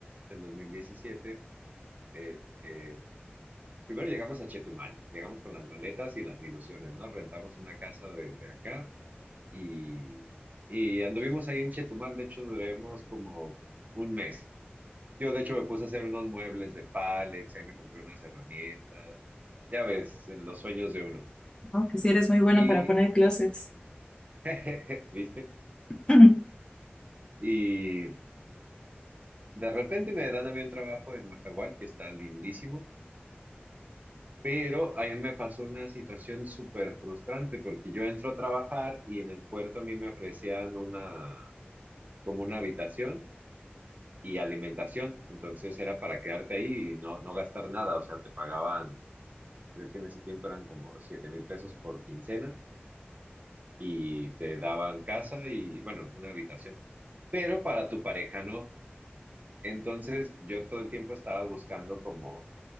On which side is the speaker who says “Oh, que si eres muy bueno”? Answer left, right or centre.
Left